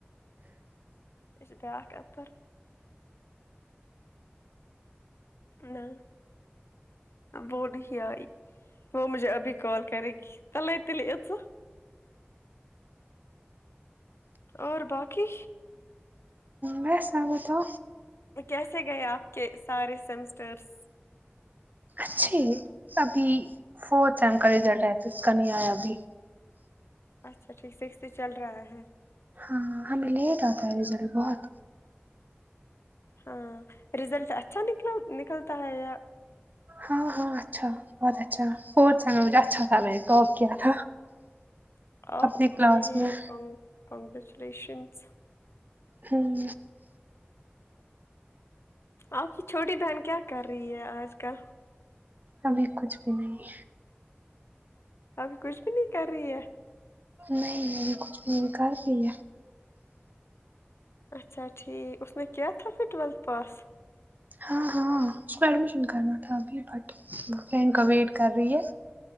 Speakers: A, on the left; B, on the right.
A: اسے بارک اپ پر نہ وہ نہیں آئی وہ مجھے ابھی کال کر گی <unintelligible> تل تللی ا سے اور باقی
B: مزس ایا تھا
A: کیسے گئے آپ کے سارے سیمسٹرس
B: اچھے ابھی فورتھ سیم کا رزلٹ آیا تو اس کا نہیں آیا ابھی
A: اچھا ٹھیک سکسٹی چل رہا ہے
B: ہاں ہمیں لیٹ آتا ہے رزلٹ بہت
A: ہاں رزلٹ اچھا نکل نکلتا ہے یا
B: ہاں ہاں اچھا بہت اچھا <unintelligible> مجھے اچھا تھا میں نے ٹاپ کیا تھا
A: اوکے
B: اپنے کلاس میں
A: کن کنگریچولیشنس
B: ہوں
A: آپ کی چھوٹی بہن کیا کر رہی ہے آج کل
B: ابھی کچھ بھی نہیں
A: ابھی کچھ بھی نہیں کر رہی ہے
B: نہیں نہیں کچھ بھی کر دی ہے
A: اچھا ٹھیک اس نے کیا تھا پھر ٹویلتھ پاس
B: ہاں ہاں اس کو ایڈمیشن کرنا تھا ابھی بٹ فرینڈ کا ویٹ کر رہی ہے